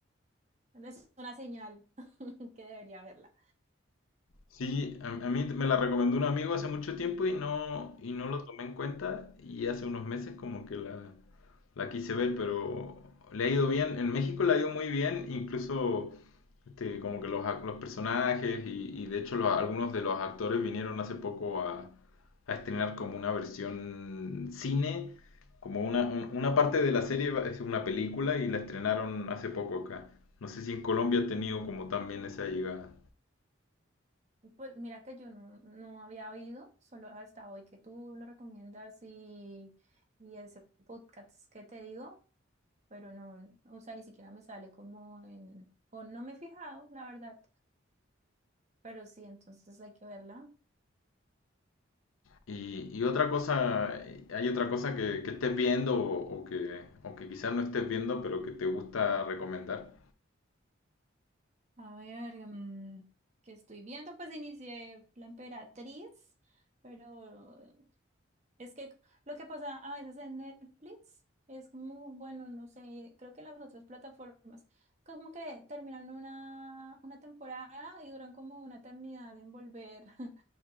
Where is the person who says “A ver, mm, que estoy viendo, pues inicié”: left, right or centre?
Right